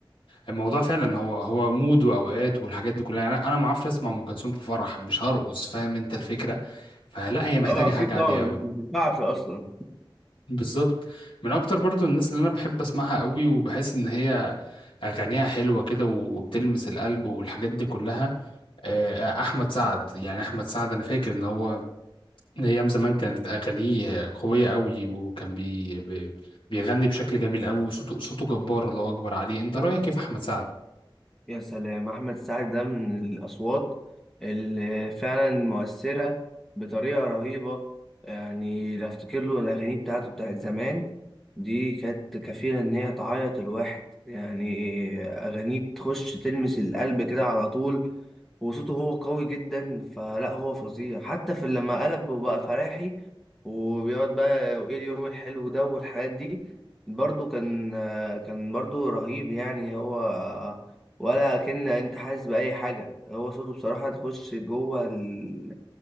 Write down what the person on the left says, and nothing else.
الموضوع فعلا هو هو مود واوقات والحاجات دي كلها يعني انا أنا ما اعرفش اسمع ام كلثوم في فرح مش هرقص فاهم انت الفكره فلا هي محتاجه
حاجه
هاديه
قوي
بالظبط من اكتر برضو الناس اللي انا بحب اسمعها قوي وبحس ان هي اغانيها حلوه كده وبتلمس القلب والحاجات دي كلها آه، احمد سعد يعني احمد سعد انا فاكر ان هو من ايام زمان كانت اغانيه قويه قوي وكان بي بي- بيغني بشكل جميل قوي وصوته صوته جبار الله اكبر عليه انت رايك كيف احمد سعد